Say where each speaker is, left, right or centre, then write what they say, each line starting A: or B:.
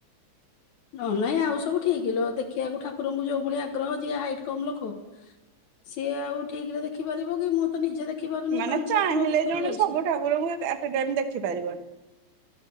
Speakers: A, on the right; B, on the left.
A: <inaudible>
B: ନହେନେ ନାଇଁ ଆଉ ସବୁ ଠିକ୍ ଲୋ ଦେଖିବାକୁ ଠାକୁରଙ୍କୁ ଯୋଉ ଭଳି ଆଗ୍ରହ ଯିଏ ହାଇଟ୍ କମ୍ ଲୋକ ସିଏ ଆଉ ଠିକ୍ ରେ ଦେଖିପାରିବ କି ମୁଁ ତ ନିଜେ ଦେଖି ପାରୁନି
A: ମାନେ
B: ପାଞ୍ଚ
A: ଚାହିଁଲେ
B: ଛଅ ଥର ଯେତେବେଳେ
A: ଜଣେ
B: ଯାଇଚି।
A: ସବୁ ଠାକୁରଙ୍କୁ ଆଥେ ଟାଇମ ଦେଖିପାରିବନି।